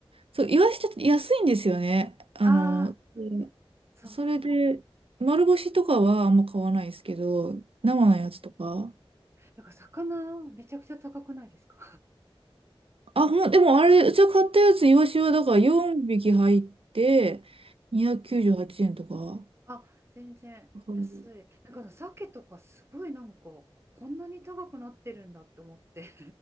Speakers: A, on the right; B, on the right.
A: そう、イワシちょっと安いんですよね。あの、
B: ああ
A: うん
B: そうそう。
A: それで、丸干しとかはあんま買わないですけど、生のやつとか。
B: なんか魚めちゃくちゃ高くないですか
A: あ、ほん、でもあれ、うちは買ったやつ、イワシはだから4匹入って、298円とか。
B: <laughs> あ、全然。
A: うん
B: 安い。なんかあの鮭とかすごいなんかこんなに高くなってるんだって思って。